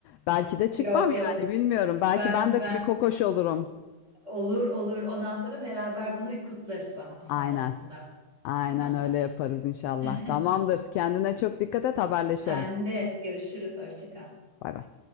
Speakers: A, on the left (about 80°); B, on the right (about 25°).
A: Belki de çıkmam
B: Yok
A: yani
B: yok.
A: bilmiyorum. Belki
B: Ben
A: ben de
B: ben
A: bir kokoş olurum.
B: olur olur. Ondan sonra beraber bunu bir kutlarız ama sonrasında
A: Aynen. Aynen
B: anlaştık.
A: öyle yaparız inşallah.
B: <laughs>
A: Tamamdır. Kendine çok dikkat et, haberleşelim.
B: Sen de görüşürüz. Hoşça kal.
A: Bay bay.